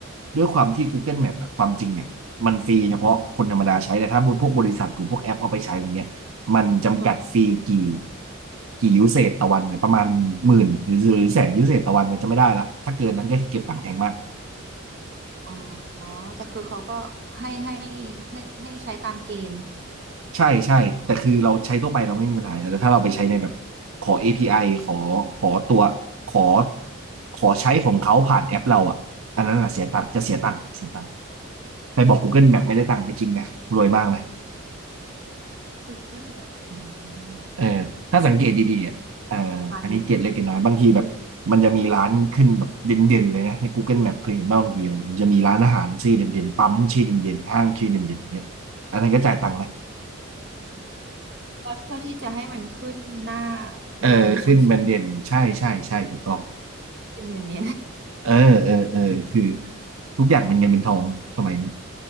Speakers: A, on the right (about 80°); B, on the right (about 55°).
A: ด้วยความที่ Google Map อะความจริงเนี่ยมันฟรีเฉพาะคนธรรมดาใช้แต่ถ้าพวกบริษัทหรือพวกแอปเอาไปใช้อย่างเงี้ยมันจำกัดฟรีกี่
B: อืม
A: กี่ยูเซจต่อวันเนี่ยประมาณหมื่นหรือหรือแสนยูเซตต่อวันเนี่ยจะไม่ได้ละถ้าเกินนั้นก็เก็บตังค์แพงมาก
B: อ๋อแต่คือเขาก็ให้ให้ให้ให้ใช้ตามเกณฑ์
A: ใช่ใช่แต่คือเราใช้ทั่วไปเราไม่มีปัญหาอยู่แล้วแต่ถ้าเราไปใช้ในแบบขอ API ขอขอตัวขอขอใช้ของเขาผ่านแอปเราอ่ะอันนั้นอ่ะเสียตังค์จะเสียตังค์เสียตังค์
B: อืม
A: ไปบอก Google Map ไม่ได้ตังค์ไม่จริงนะรวยมากนะ
B: Google Map อืม
A: เออถ้าสังเกตดีๆอ่ะเอออันนี้เกร็ดเล็กเกร็ดน้อยบางทีแบบมันจะมีร้านขึ้นแบบเด่นๆเลยนะใน
B: ประมาณหนึ่งเ
A: Google Map เคยเห็นบ้างบางทีมันจะมีร้านอาหารชื่อเด่นๆปั๊มชื่อเด่นๆห้างชื่อเด่นๆอย่างเงี้ยอันนั้นก็จ่ายตังค์นะ
B: พื่อที่จะให้มันขึ้นหน้า
A: เออขึ้นแบรนด์เด่นใช่ใช่ใช่ถูกต้อง
B: เวลามีคนเซอร์ชเนียน
A: เออเออเออคือทุกอย่างเป็นเงินเป็นทองสมัยนี้ <laughs>